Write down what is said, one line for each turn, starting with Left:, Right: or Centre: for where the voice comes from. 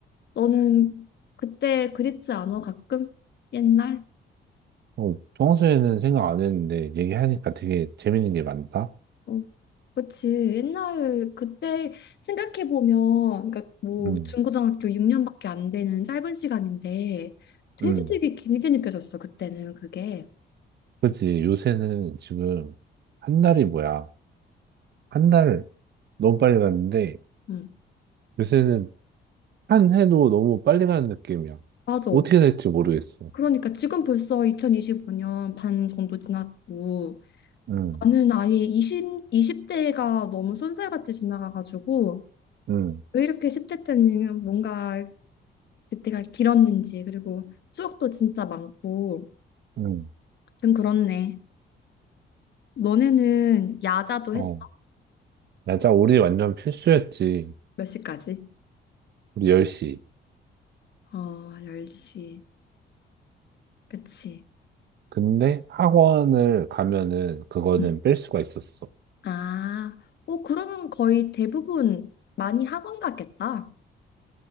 Left: 너는 그때 그립지 않아? 가끔? 옛날?
Right: 어, 평소에는 생각 안 했는데 얘기하니까 되게 재밌는 게 많다.
Left: 어. 그치. 옛날 그때 생각해 보면, 그러니까 뭐
Right: 음.
Left: 중고등학교 6년밖에 안 되는 짧은 시간인데 되게
Right: 음.
Left: 되게 길게 느껴졌어 그때는 그게.
Right: 그치 요새는 지금 한 달이 뭐야? 한 달 너무 빨리 갔는데
Left: 응,
Right: 요새는 한 해도 너무 빨리 가는 느낌이야.
Left: 맞아.
Right: 어떻게 될지 모르겠어.
Left: 그러니까 지금 벌써 2025년 반 정도 지났고
Right: 응,
Left: 나는 아예 20, 이십 대가 너무 쏜살같이 지나가가지고
Right: 응,
Left: 왜 이렇게 10대 때는 뭔가 그때가 길었는지 그리고 추억도 진짜 많고
Right: 응.
Left: 좀 그렇네. 너네는 야자도
Right: 어.
Left: 했어?
Right: 맞아, 우리 완전 필수였지.
Left: 몇 시까지?
Right: 우리 10시.
Left: 어, 10시. 그치.
Right: 근데 학원을 가면은 그거는
Left: 음.
Right: 뺄 수가 있었어.
Left: 아, 어, 그러면 거의 대부분 많이 학원 갔겠다.